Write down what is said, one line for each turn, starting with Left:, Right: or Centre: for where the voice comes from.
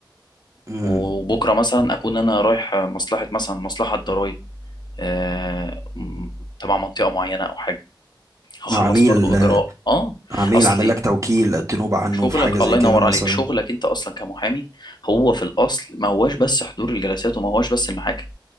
Right: مم.
Left: وبكره مثلا اكون انا رايح مصلحه مثلا مصلحه ضرائب آه، م- تبع منطقه معينه او حاجه هخلص
Right: عميل
Left: برضو اجراء اه
Right: عميل
Left: اصلي
Right: عامل لك توكيل تنوب عنه
Left: شغلك
Right: في حاجة زي
Left: الله ينور
Right: كده مثلا
Left: عليك شغلك انت اصلا كمحامي هو في الاصل ما هواش بس حضور الجلسات وما هواش بس المحاكم